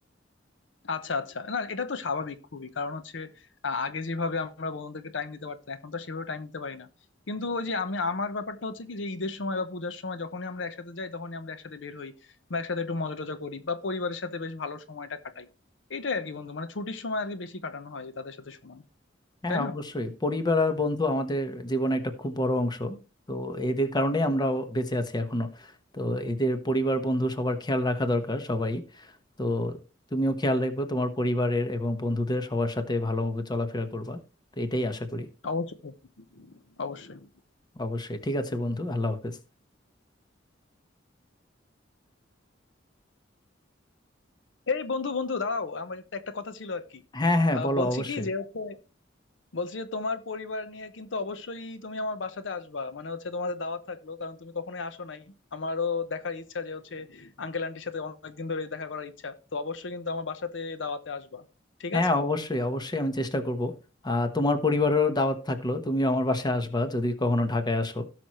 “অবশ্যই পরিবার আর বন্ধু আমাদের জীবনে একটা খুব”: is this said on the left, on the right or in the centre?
Left